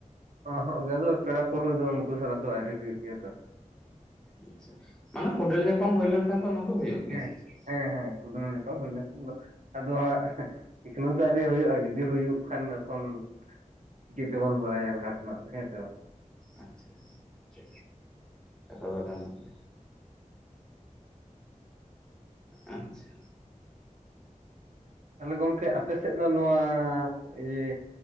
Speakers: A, on the right; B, in the centre.
A: ᱱᱚᱜᱽ ᱜᱮᱵᱚ ᱯᱮᱲᱟ ᱯᱟᱹᱲᱦᱟᱹ ᱫᱚ ᱩᱱᱠᱩ ᱥᱟᱞᱟᱜ ᱫᱚ ᱟᱣᱨᱤ ᱦᱩᱭᱩᱜ ᱜᱮᱭᱟ ᱛᱚ᱾
B: ᱟᱪᱪᱷᱟ᱾ ᱢᱟᱱᱮ ᱠᱚᱸᱰᱮᱞ ᱧᱟᱯᱟᱢ ᱦᱩᱭ ᱞᱮᱱᱠᱷᱟᱱ ᱫᱚ ᱚᱱᱟ ᱫᱚ ᱦᱩᱭᱩᱜ ᱜᱮ
A: ᱦᱮᱸ
B: ᱥᱮ ᱪᱮᱫ?
A: ᱦᱮᱸ ᱦᱮᱸ ᱠᱩᱸᱰᱮᱞ ᱧᱟᱯᱟᱢ ᱦᱩᱭ ᱞᱮᱱ ᱠᱷᱟᱱ ᱫᱚ ᱟᱫᱚ ᱦᱟᱸᱜ ᱮᱠᱷᱱᱟᱹ ᱜᱮ ᱟᱹᱣᱨᱤ ᱦᱩᱭᱩᱜᱼᱟ ᱡᱩᱫᱤ ᱦᱩᱭᱩᱜ ᱠᱷᱟᱱ ᱮᱠᱷᱚᱱ᱾ ᱪᱤᱠᱟᱹ ᱛᱮᱵᱚᱱ ᱵᱟᱲᱟᱭᱟ ᱞᱟᱦᱟ ᱠᱷᱚᱱᱟᱜ ᱫᱚ ᱦᱮᱸ ᱥᱮ ᱵᱟᱝ?
B: ᱟᱪᱪᱷᱟ ᱪᱮ <inaudible> ᱟᱸᱪᱪᱷᱟ
A: ᱛᱟᱦᱚᱞᱮ ᱜᱚᱝᱠᱮ ᱟᱯᱮ ᱥᱮᱫ ᱫᱚ ᱱᱚᱣᱟ ᱤᱭᱟᱹ